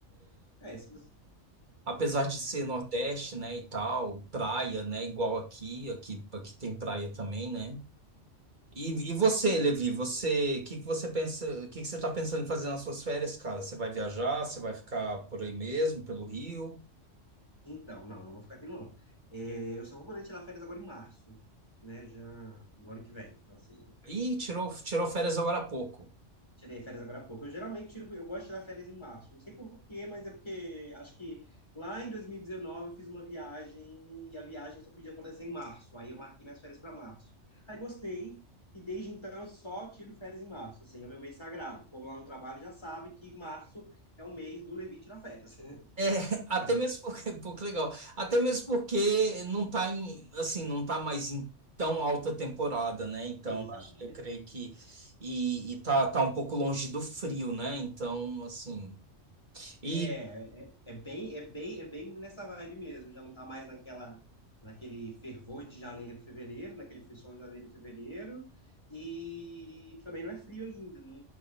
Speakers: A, on the left; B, on the right.
A: É, se você-
B: Apesar de ser Nordeste, né, e tal, praia, né, igual aqui, aqui, aqui tem praia também, né? E, e você, Levi, você, o que que você pensa, o que que você tá pensando em fazer nas suas férias, cara? Você vai viajar, você vai ficar por aí mesmo, pelo Rio?
A: então, não, não vou ficar aqui não. É, eu só vou poder tirar férias agora em março, né? Já do ano que vem. Então, assim,
B: Ih, tirou, tirou férias agora há pouco.
A: Tirei férias agora há pouco. Eu geralmente tiro, eu gosto de tirar férias em março. Não sei por quê, mas é porque acho que lá em 2019 eu fiz uma viagem e a viagem só podia acontecer em março. Aí eu marquei minhas férias para março. Aí gostei e desde então eu só tiro férias em março. Assim, é o meu mês sagrado. O povo lá no trabalho já sabe que março é o mês do Levi tirar férias. <laughs>
B: É, <laughs> até
A: Tá.
B: mesmo porque, <laughs> pô, que legal. Até mesmo porque não tá em, assim, não tá mais em tão alta temporada, né? Então,
A: Exatamente.
B: acho que eu creio que e, e tá, tá um pouco longe do frio, né? Então, assim, E
A: É, é, é bem, é bem, é bem nessa vibe mesmo. Já não tá mais naquela, naquele fervor de janeiro e fevereiro, naquele frisson de janeiro e fevereiro. E também não é frio ainda, não,